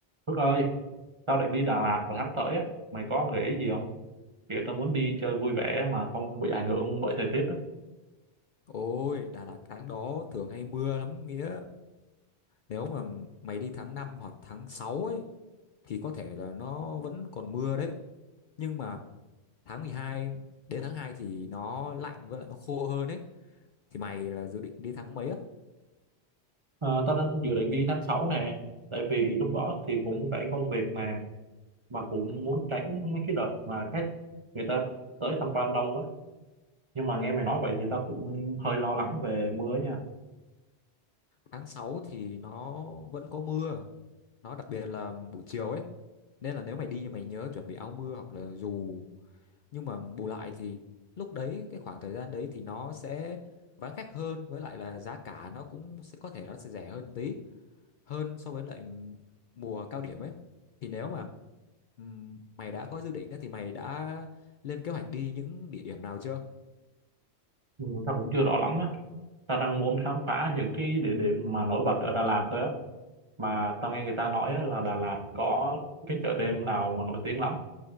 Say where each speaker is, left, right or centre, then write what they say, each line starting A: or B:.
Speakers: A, on the right; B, on the left.
A: Phước ơi, tao định đi Đà Lạt vào tháng tới á, mày có gợi ý gì không? Kiểu tao muốn đi chơi vui vẻ mà không bị ảnh hưởng bởi thời tiết á.
B: Ôi, Đà Lạt tháng đó thường hay mưa lắm Nghĩa. Nếu mà mày đi tháng 5 hoặc tháng 6 ấy thì có thể là nó vẫn còn mưa đấy. Nhưng mà tháng 12 đến tháng 2 thì nó lạnh với lại nó khô hơn ấy. Thì mày là dự định đi tháng mấy á?
A: Ờ, tao đang dự định đi tháng 6 nè, tại vì lúc đó thì cũng rảnh công việc nè, mà cũng muốn tránh mấy cái đợt mà khách người ta tới tham quan đông á. Nhưng mà nghe mày nói vậy thì tao cũng hơi lo lắng về mưa nha.
B: Tháng sáu thì nó vẫn có mưa. Nó đặc biệt là buổi chiều ấy. Nên là nếu mày đi thì mày nhớ chuẩn bị áo mưa hoặc là dù. Nhưng mà bù lại thì lúc đấy cái khoảng thời gian đấy thì nó sẽ vắng khách hơn với lại là giá cả nó cũng sẽ có thể nó sẽ rẻ hơn tí hơn so với lại mùa cao điểm ấy thì nếu mà ừm, mày đã có dự định á, thì mày đã lên kế hoạch đi những địa điểm nào chưa?
A: Ừ, tao cũng chưa rõ lắm á. Tao đang muốn khám phá những cái địa điểm mà nổi bật ở Đà Lạt thôi á. Mà tao nghe người ta nói á là Đà Lạt có cái chợ đêm nào mà nổi tiếng lắm